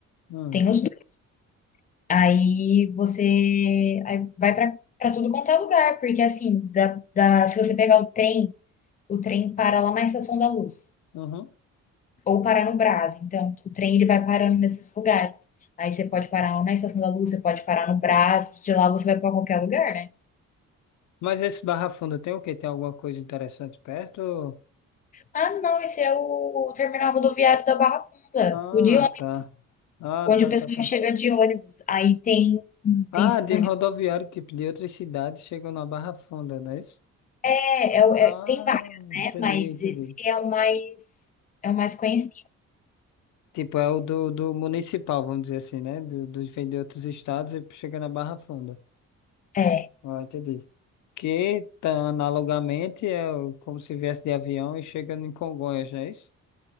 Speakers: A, on the left; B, on the left.
A: Hum.
B: Tem os dois. Aí você aí vai para para tudo quanto é lugar, porque assim, dá, dá- se você pegar o trem, o trem para lá na Estação da Luz
A: Uhum.
B: ou para no Brás. Então, o trem ele vai parando nesses lugares. Aí você pode parar na Estação da Luz, você pode parar no Brás, de lá você vai para qualquer lugar, né?
A: Mas esse Barra Funda tem o quê? Tem alguma coisa interessante perto?
B: Ah, não, esse é o terminal rodoviário da Barra Funda,
A: Ah,
B: o de ônibus,
A: tá. Ah,
B: onde
A: tá,
B: o pessoal
A: tá, tá.
B: chega de ônibus. Aí tem,
A: Ah,
B: tem estação
A: de rodoviário,
B: de.
A: tipo, de outras cidades chegam na Barra Funda, não é isso?
B: É, é, o- é-
A: Ah,
B: tem vários,
A: entendi,
B: né? Mas
A: entendi.
B: esse é o mais, é o mais conhecido.
A: Tipo, é o do, do municipal, vamos dizer assim, né? Do, dos vem de outros estados e chega na Barra Funda.
B: É,
A: Ah, entendi. Que, tá, analogamente, é o- como se viesse de avião e chega em Congonhas, não é isso?